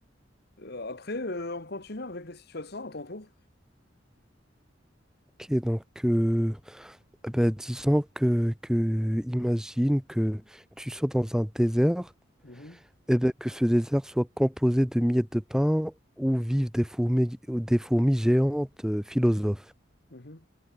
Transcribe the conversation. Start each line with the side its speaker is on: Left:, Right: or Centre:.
Left: Euh, après, euh, on continue avec les situations à ton tour.
Centre: Ok, donc euh, eh ben, disons que, que imagine que tu sois dans un désert
Left: Mhm,
Centre: et ben, que ce désert soit composé de miettes de pain où vivent des fourmis, des fourmis géantes euh, philosophes.
Left: mhm.